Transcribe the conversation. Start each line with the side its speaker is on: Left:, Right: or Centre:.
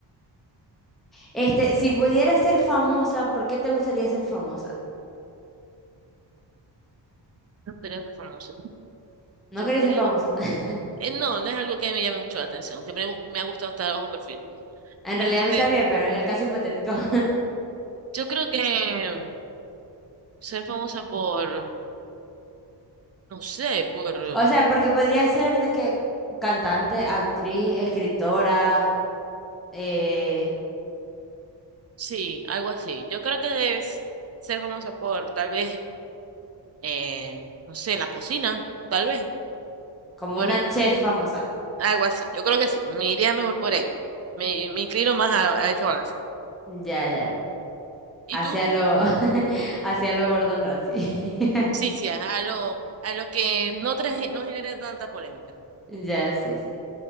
Centre: Este, si pudieras ser famosa, ¿por qué te gustaría ser famosa?
Right: No quería ser famoso.
Centre: No
Right: Yo
Centre: querés
Right: creo.
Centre: ser famosa. <laughs>
Right: eh, no, no es algo que me llame mucho la atención. Siempre bu- me ha gustado estar bajo perfil.
Centre: En realidad
Right: Este,
Centre: a mí también, pero en el caso hipotético. <laughs>
Right: yo creo que ser famosa por, no sé, por,
Centre: O sea, porque podría ser de que cantante, actriz, escritora, eh,
Right: sí, algo así. Yo creo que es ser famosa por, tal vez, eh, no sé, la cocina, tal vez.
Centre: como
Right: Por,
Centre: una chef famosa.
Right: Algo así. Yo creo que sí. Me iría mejor por ahí. Me, me inclino más a, a esa balanza.
Centre: Ya, ya.
Right: ¿Y
Centre: Hacia
Right: tú?
Centre: lo, <laughs> hacia lo Gordon Ramsay. <laughs>
Right: Sí, sí, a lo, a lo que no, traje, no genera tanta polémica.
Centre: Ya, sí, sí.